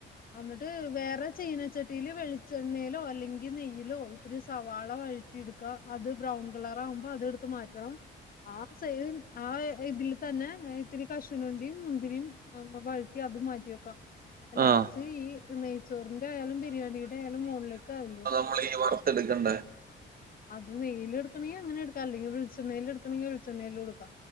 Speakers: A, on the left (about 45°); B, on the right (about 50°).
A: ഇന്നിട്ട് വേറെ ചീനച്ചട്ടില് വെളിച്ചെണ്ണേലോ അല്ലെങ്കി നെയ്യിലോ ഇത്തിരി സവാള വഴറ്റിട് ക്ക് അത് ബ്രൗൺ കളറാവുമ്പോ അതെടുത്ത് മാറ്റണം ആഹ് സയിം. ആഹ് ഇതില് തന്നെ ഇത്തിരി കശു വണ്ടിയും മുന്തിരിയും വഴറ്റി അതും മാറ്റി വെക്കാം. ലാസ്റ്റ്
B: ആഹ്
A: ഈ നെയ്ച്ചോറിന്റെ ആയാലും ബിരിയാണിടെ ആയാലും മുകളിലേക്ക് ആവില്ല.
B: നമ്മള് ഈ വറർത്തെടുക്കണ്ടേ?
A: അത് നെയില്ടുക്കെണങ്കി അങ്ങനെ എടുക്ക അല്ലെങ്കി വെളിച്ചെണ്ണേല് എടുക്കണെങ്കി വെളിച്ചണേലുട്ക്കാ.